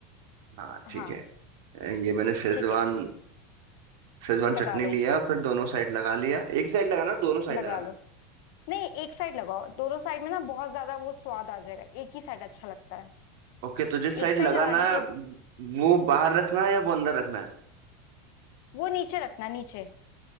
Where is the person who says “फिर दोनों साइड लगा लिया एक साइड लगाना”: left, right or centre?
Right